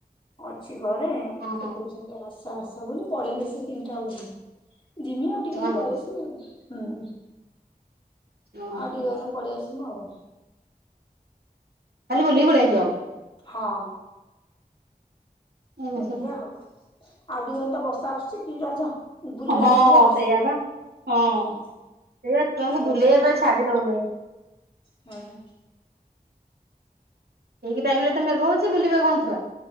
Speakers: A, on the left; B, on the right.
A: ଅଛି ଘରେ
B: ଓହୋ
A: ସେ କୋହୁଚନ୍ତି ଆସ ଆସ ବୋଲି ପଳେଇବେ ସେ ତିନିଟା ବେଳକୁ। ଜିମି ଆଉଟିକେ
B: ହଁ
A: ଗନେ ପଳି ଆସିମି ଆଉ ହୁଁ।
B: ହଁ।
A: ଆଉ ଟିକେ ଗନେ ପଳି ଆସିମୁ ଆଉ।
B: ଖାଲି ବୁଲି କି ପଳିଆସିବ।
A: ହଁ।
B: ଉୁଁ
A: ଏଇଆ
B: ହୁଁ
A: ଆଉ ଆଉ ଟିକେ ଗନେ ତ ବର୍ଷା ଆସୁଚି କି ରଜ। ବୁଲିବା
B: ହଁ
A: ଟାଇମ ରେ ବର୍ଷା।
B: ସେୟା ବା ହଁ।
A: ହୁଁ
B: ସେଇଆ ଛୁଆଙ୍କୁ
A: ଆଉ ରଜ
B: ବୁଲେଇବା
A: କଣ
B: ପାଇଁ ଛାଡି ଦୋଉନେଇ।
A: ହଁ।
B: ଠିକି ଟାଇମ ରେ ତ ମେଘ ହୋଉଚି ବୁଲିବେ କଣ ଛୁଆ।